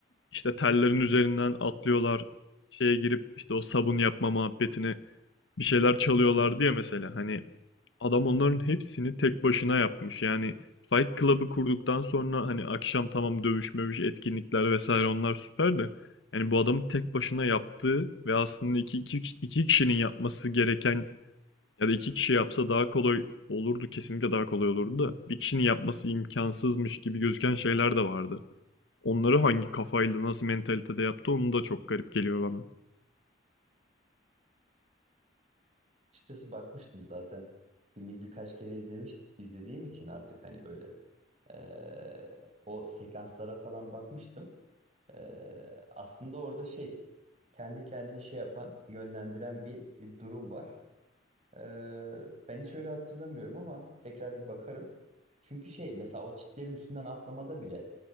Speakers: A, on the left; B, on the right.
A: işte tellerin üzerinden atlıyorlar şeye girip işte o sabun yapma muhabbetine bir şeyler çalıyorlar
B: Hı hı.
A: diye mesela hani adam onların hepsini tek başına yapmış yani Fight Club'ı kurduktan sonra hani akşam tamam dövüş mövüş etkinlikler vesaire onlar süper de yani bu adamın tek başına yaptığı ve aslında iki, iki, iki kişinin yapması gereken ya da iki kişi yapsa daha kolay olurdu, kesinlikle daha kolay olurdu
B: Hı.
A: da bir kişinin yapması imkansızmış gibi gözüken şeyler de vardı. Onları hangi kafayla, nasıl mentalitede yaptı onu da çok garip geliyor bana.
B: Açıkçası bakmıştım zaten. Filmi birkaç kere izlemiş izlediğim için artık hani böyle eee, o sekanslara falan bakmıştım. Ee, aslında orada şey kendi kendini şey yapan, yönlendiren bir durum var. Ee, ben hiç öyle hatırlamıyorum ama tekrar bir bakarım. Çünkü şey mesela o çitlerin üstünden atlamada bile